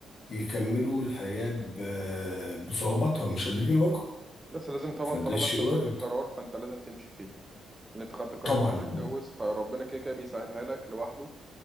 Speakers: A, on the left (about 45°); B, on the right (about 15°).
A: يكملوا الحياة ب- بصعوباتها مش قادرين يواجهوا
B: بس لازم طبعا
A: فده
B: طالما
A: شيء
B: انت
A: وارد
B: خدت القرار فانت لازم تمشي فيه ان انت خدت القرار
A: طبعا
B: إن انت تتجوز فربنا كده كده بيسهلها لك لوحده